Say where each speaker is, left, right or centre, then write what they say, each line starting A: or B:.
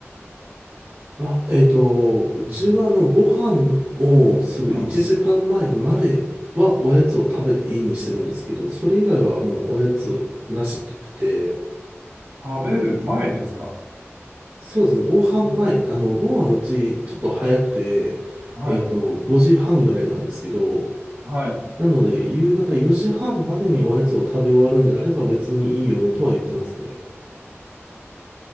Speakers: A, on the right; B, on the right.
A: あ、えっと、うちはあの、
B: ん、
A: ご飯をする1時間前まえまではおやつを食べていいにしてるんですけど、
B: あの、
A: それ以外はもうおやつなしって言ってて、
B: 食べる前ですか
A: そうですね、ご飯前、
B: うん、
A: あの、ご飯うちちょっと早くて、
B: はい、
A: えっと、5時半ぐらいなんですけど、
B: はい。
A: なので、夕方4時半までにおやつを食べ終わるんであれば別にいいよとは言ってますね。